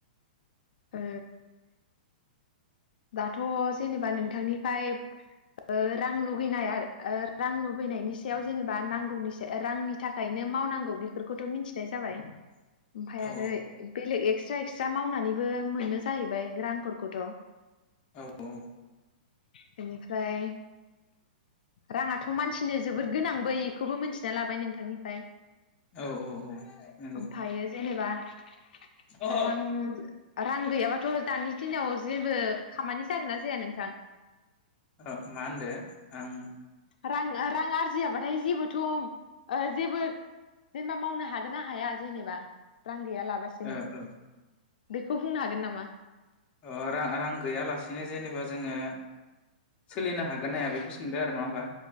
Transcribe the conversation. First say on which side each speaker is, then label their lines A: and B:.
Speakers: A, on the left; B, on the left.
A: ओ दाथ जेनेबा नोंथांनिफ्राय रां लुगैनाय रां लुबैनायनि सायाव जेनेबा नांगौनि रांनि थाखायनो मावनांगौ बेफोरखौथ मिथिनाय जाबाय ओमफ्राय
B: औ
A: आरो बेलेग एद एक्सट्रा-एक्सट्रा मावनानैबो मोननो जाहैबाय रांफोरखौथ।
B: औ-औ
A: बेनिफ्राय राङाथ मानसिनो जोबोद गोनां बै बेखौबो मिथिना लाबाय नोंथांनिफ्राय।
B: औ औ नंगौ
A: ओमफ्रायायो
B: मा होनदो
A: जेनेबा। रां-रां
B: आं ओ
A: गैयाबाथ दानि दिनाव जेबो। खामानि जागोन ना जाया नोंथां?
B: औ मा होनदों आं।
A: रां-रां आरजियाबाथाय जेबोथ जेबो जेनेबा मावनो हागोन ना हाया जेनेबा रां। गैया लाबासिनो।
B: ओ
A: बेखौ बुंनो हागोन नामा?
B: ओं रां गैयालासेनो जेनेबा जोङो सोलिनो हागोन ना बेखौ। दो आरो ना होमबा?